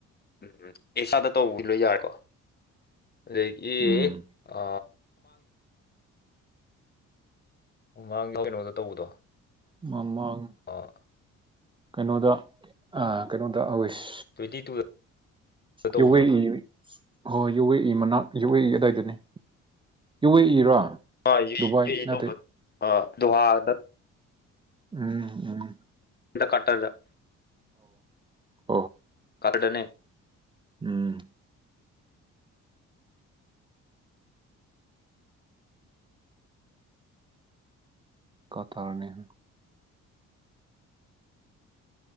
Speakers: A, on the left (about 30°); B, on the right (about 15°).
A: ꯎꯝ ꯏꯁꯥꯗ ꯇꯧꯕ ꯂꯣꯏ ꯌꯥꯔꯦꯀꯣ ꯑꯗꯒꯤ
B: ꯎꯝ
A: ꯑ ꯎꯃꯥꯡꯗ ꯀꯩꯅꯣꯗ ꯇꯧꯕꯗꯣ
B: ꯃꯃꯥꯡ
A: ꯑꯥ
B: ꯀꯩꯅꯣꯗ ꯀꯩꯅꯣꯗ ꯍꯧꯋꯦꯁ
A: ꯇ꯭ꯋꯦꯟꯇꯤ ꯇꯨꯗ ꯇꯧꯕꯗꯣ
B: ꯌꯨꯋꯦ ꯏ ꯍ ꯌꯨꯋꯦ ꯏ ꯃꯅꯥ ꯌꯣꯛꯋꯏ ꯑꯗꯥꯏꯗꯅꯤ ꯌꯣꯛꯋꯦ ꯏꯔꯣ
A: ꯑ
B: ꯗꯨꯕꯥꯏ
A: ꯇ
B: ꯅꯠꯇꯦ
A: ꯑ ꯑꯗꯨꯍꯥꯗ
B: ꯎꯝ ꯎꯝ
A: ꯏ ꯀꯇꯔꯗ
B: ꯑ
A: ꯀꯇꯔꯗꯅꯦ
B: ꯎꯝ ꯀ ꯊꯔꯅꯦꯍ